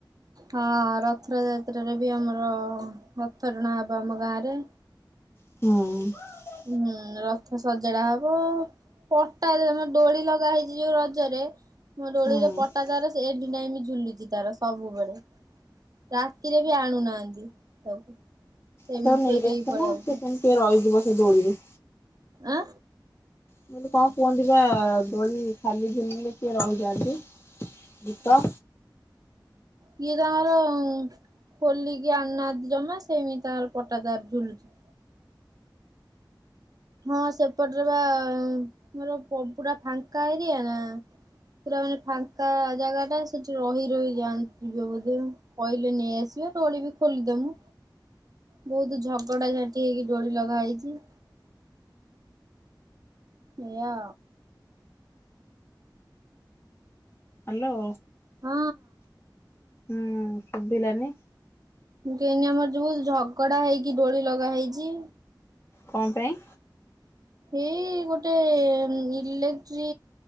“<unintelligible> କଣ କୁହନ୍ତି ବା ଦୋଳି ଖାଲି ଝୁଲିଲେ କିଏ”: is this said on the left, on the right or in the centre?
Left